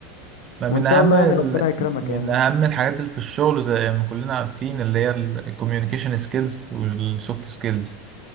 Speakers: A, on the right; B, on the left.
A: ما
B: وان
A: من
B: شاء
A: أهم
B: الله
A: ال...
B: يعني ربنا يكرمك
A: من
B: يعني
A: أهم الحاجات اللي في الشغل زي ما كلنا عارفين اللي هي الكوميونيكيشن سكيلز والسوفت سكيلز